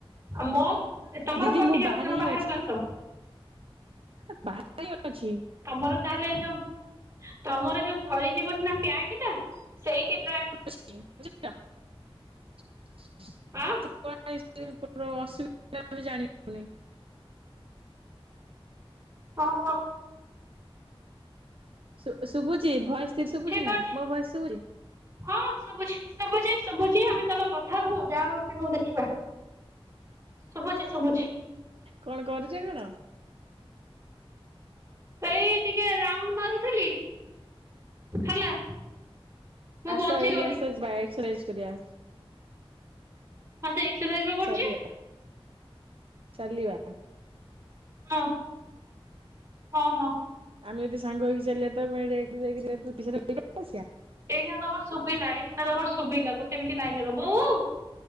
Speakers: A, on the right; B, on the right.
A: ମୋ ଏ ତୋମର
B: ଦିଦି
A: କଟି
B: ମୁଁ
A: ଯାଉଚି,
B: ବାହାରେ
A: ତୋମେ
B: ହିଁ
A: ବାହାରକୁ ଆସ।
B: ତ ବାହାର <inaudible> ଅଛି।
A: ତୋମର ତାହେଲେ ଏଇ ଯୋଉ ତୋମର ଯୋଉ ସରିଯିବନି ନା ପ୍ୟାକ୍ ଟା। ସେଇଥି
B: <inaudible> ବଝିଚ ତ କଣ ପାଇଁ
A: ଆଁ
B: <inaudible> ଅସୁବିଧା ବି ଜାଣିହଉନି।
A: ଓ, ହୋ।
B: ଶୁ ଶୁଭୁଛି ଭଏସ୍ ତିର ଶୁଭୁଛି
A: ଠିକ
B: ନା,
A: ଅଛି
B: ମୋ ଭଏସ୍ ଶୁଭୁଚି?
A: ହଁ ଶୁଭୁଛି, ଶୁବୁଛି, ଶୁଭୁଛି ଆମେ ଚାଲ କଥା ହୁଅ ଯାହା ହଉଚି ହଉ ଦେଖିବା। ଶୁବୁଚି, ଶୁଭୁଛି।
B: କଣ କରୁଚ କଣ?
A: ଏଇ ଟିକେ ରାଉଣ୍ଡ ମାରୁଥିଲି ହେଲା। ମୁଁ
B: ଆସ
A: ବଞ୍ଚିଗଲି
B: ଏଇ ଆସ ଯିବା ଏକ୍ସସାଇଜ୍ କରିବା।
A: ହଁ ସେ ଏକ୍ସସାଇଜ୍ ବା କରୁଛି।
B: ଚାଲିବା ଚାଲିବା?
A: ହଁ, ହଁ, ହଁ।
B: ଆମେ ଯଦି ସାଙ୍ଗ ହେଇକି ଚାଲିବା, ତୋମେ ଏ ଲେପ୍ଟ ରୁ ଯାଇକି ଲେପ୍ଟ <inaudible> ଆସିବା
A: ଏଇଖିଣା ତୋମର ଶୁବିଲା ଏଇଖିଣା ତୋମର ଶୁବୁଲା ଗୋଟେ ମିିନିଟ୍ ଲାଇନ୍ ରୁହ। ବୋଉ